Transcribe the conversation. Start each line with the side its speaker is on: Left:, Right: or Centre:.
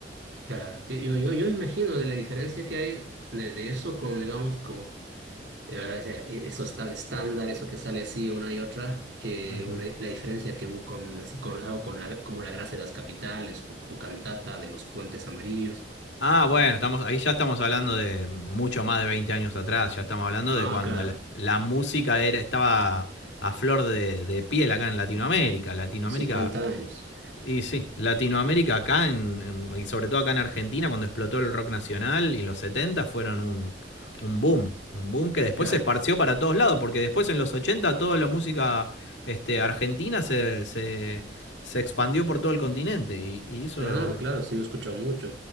Right: claro. Yo, yo, yo, yo me imagino de la diferencia que hay de, de eso con, digamos, como, eh, o sea, e- eso es tan estándar, eso que sale así una y otra, eh,
Left: Ujú.
Right: una- la diferencia que hubo con, así, con algo con la, como la grasa de las capitales o, o cantata de los puentes amarillos.
Left: Ah, bueno, estamos, ahí ya estamos hablando de mucho más de 20 años atrás, ya estamos hablando
Right: Ah,
Left: de cuando
Right: claro.
Left: la, la música era, estaba a flor de, de, piel acá en Latinoamérica. Latinoamérica,
Right: cincuenta años.
Left: y sí, Latinoamérica acá en, en, y sobre todo acá en Argentina, cuando explotó el rock nacional y los 70 fueron un, un boom. Un boom que después
Right: Claro,
Left: se esparció para todos lados, porque después en los 80 toda la música este, argentina se, se, se expandió por todo el continente y, y hizo
Right: claro, claro, sí, he escuchado mucho.